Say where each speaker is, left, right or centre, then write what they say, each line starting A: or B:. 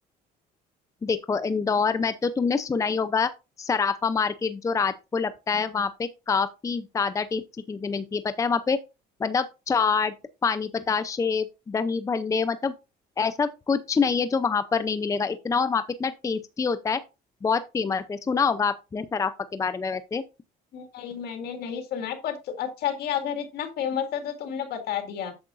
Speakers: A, on the left; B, on the left.
A: देखो इंदौर में तो तुमने सुना ही होगा सराफा मार्केट जो रात को लगता है वहां पे काफी ज्यादा टेस्टी चीजें मिलती है पता है वहां पे मतलब चाट पानी बताशे दही भल्ले मतलब ऐसा कुछ नहीं है जो वहां पर नहीं मिलेगा इतना और वहां पे इतना टेस्टी होता है बहुत फेमस है सुना होगा आपने सराफा के बारे में वैसे
B: नहीं मैंने नहीं सुना है पर तु- अच्छा किया अगर इतना फेमस है तो तुमने बता दिया